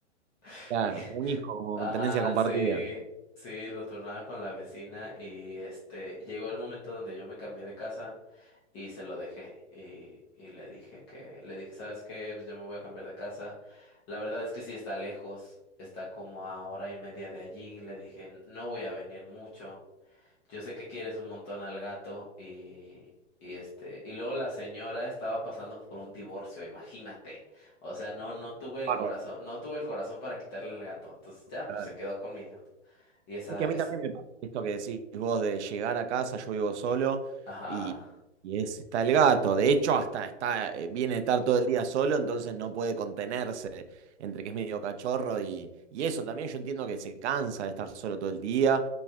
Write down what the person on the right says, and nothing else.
Claro,
un hijo como
con tendencia compartida.
Bárbaro.
Claro.
Es que a
mí también me pasa esto que decís vos de llegar a casa, yo vivo solo
y, y es, está el gato. De hecho, hasta está, eh, viene a estar todo el día solo, entonces no puede contenerse entre que es medio cachorro y, y eso. También yo entiendo que se cansa de estar solo todo el día.